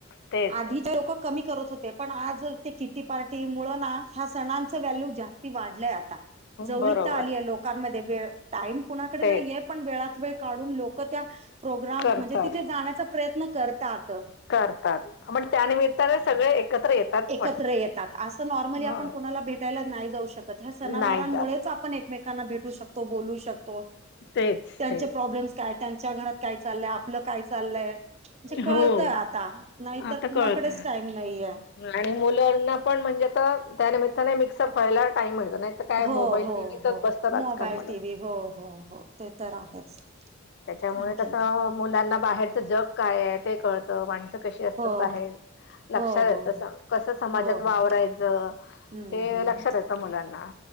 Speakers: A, on the left; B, on the right.
A: तेच.
B: आधीचे लोक कमी करत होते. पण, आज ते किटी पार्टी मुळं ना ह्या सणांच वॅल्यू जास्ती वाढलीयत पण ता जवळीता
A: बरोबर
B: आलीये लोकांमध्ये वेळ टाईम कुणाकडे
A: तेच
B: नाहीये पण वेळात वेळ काढून लोक लोकं, त्या प्रोग्राम
A: करतात
B: म्हणजे तिथे जाण्याचा प्रयत्न करतात.
A: करतात पण त्यानिमित्ताने सगळे एकत्र येतात.
B: एकत्र
A: पण
B: येतात असं नॉर्मली
A: ह
B: आपण कोणाला भेटायला नाही जाऊ शकत ह्या सनावारांमुळेच
A: नाही जात
B: आ आपण एकमेकांना भेटू शकतो, बोलु शकतो,
A: तेच
B: त्यांचे
A: तेच
B: प्रॉब्लेम् काय. त्यांच्या घरात काय चाललंय, आपलं काय चाललंय. म्हणजे, कळतय
A: हो
B: आता नाहीतर
A: आता
B: कुणाकडेच
A: कळत
B: टाईम नाहीये.
A: आणि मुलांना पण म्हणजे आता त्या निमित्ताने मिक्स अप व्हायला टाइम मिळतो नाही तर काय
B: हो
A: मोबाईल,
B: हो
A: टीव्हीत
B: हो
A: बसतात आजकाल
B: मोबाईल
A: मुलं.
B: टी व्ही हो हो हो. ते तर आहेच
A: त्याच्यामुळे
B: आणखी
A: कसं
B: काय?
A: मुलांना बाहेरचं जग काय ते कळतं, माणसं कशी असतात
B: हो
A: बाहेर लक्षात
B: हो हो
A: येत सांग, कसं समाजात
B: हो हो
A: वावरायचं
B: हम्म
A: ते
B: हम्म
A: लक्षात येतं मुलांना.